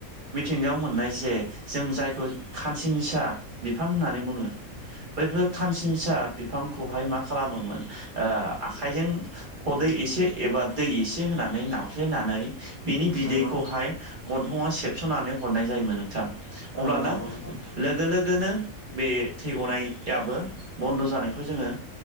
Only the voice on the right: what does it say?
मिथिंगायाव मोननाय जे जों जायखौ खानसिंसा बिफां होननानै बुंङो बैफोर खानसिंसा बिफांखौहाय मा खालामोमोन ओ आखाइजों खदै एसे एबा दै एसे होनानै नाफ्लेनानै बिनि बिदैखौहाय
गन्थंङाव सेबस'नानै हरनाय जायोमोन नोंथां अब्लाना
लोगो लोगोनो बे थै गनायाबो बन्द' जानायखौ जोंङो